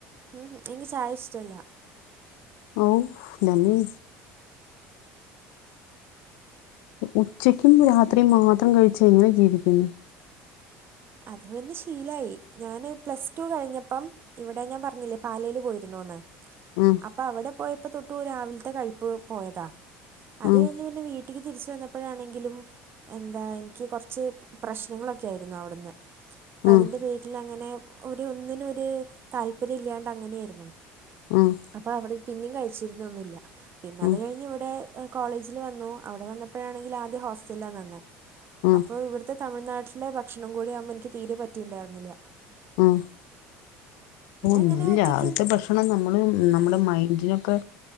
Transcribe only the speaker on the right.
ഉംഹ് എൻക് ചായ ഇഷ്ടല്ല
അത് പിന്നെ ശീലായി ഞാന് പ്ലസ് ട്ടു കഴിഞ്ഞപ്പം ഇവടെ ഞാൻ പറ്ഞ്ഞില്ലെ പാലേല് പോയിര്ന്നൂന്ന്
പ്പ അവടെ പോയപ്പൊ തൊട്ട് രാവിൽത്തെ കഴിപ്പ് പോയത അത്
കഴിഞ്ഞ് പിന്നെ വീ ട്ടിക്ക് തിരിച്ച് വന്നപ്പഴാണെങ്കിലും എന്താ എനിക്ക് കൊറച്ച് പ്രശ്നങ്ങളൊക്കെ ആയിരുന്നു അവിടുന്ന് അപ്പം
അതിൻ്റെ പേരില അങ്ങനെ ഒര് ഒന്നിനൊ ഒര് താല്പര്യ ഇല്ലാണ്ട് അങ്ങനെയെരുന്നു
അപ്പ അവടെ പിന്നി കഴിച്ചിര്ന്നൊന്നുല്ല പിന്നെ അത്
കഴിഞ്ഞ് ഇവടെ കോളേജിൽ വന്നു അവടെ വന്നപ്പഴാണെങ്കിൽ ആദ്യ ഹോസ്റ്റൽലാ നിന്നെ
അപ്പയ് ഇവിട് ത്തെ തമിഴ്നാട്ട്ലെ ഭക്ഷണം കൂടെ ആവുമ്പൊ എനിക്ക് തീരെ പറ്റിണ്ടാര്ന്നില
അങ്ങനെ ഒറ്റയ്ക്ക്